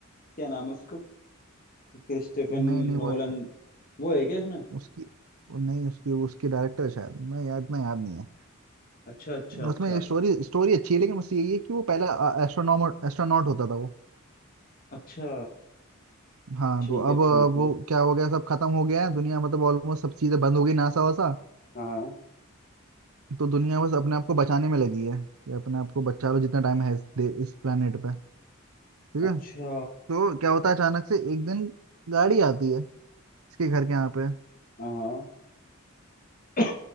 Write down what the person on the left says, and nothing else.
क्या नाम है उसका क्रिस्टेफन
नोलन
वो है क्या इसमें
अच्छा अच्छा अच्छा
अच्छा
ठीक
है ठीक
है
हाँ
अच्छा
हाँ हाँ। <coughs>